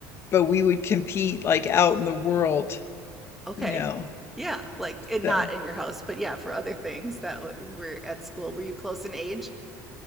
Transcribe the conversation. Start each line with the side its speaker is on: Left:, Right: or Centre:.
Left: but we would compete like out in the world,
Centre: Okay.
Left: you know.
Centre: Yeah. Like, and
Left: So
Centre: not in your house, but yeah, for other things that w- were at school. Were you close in age?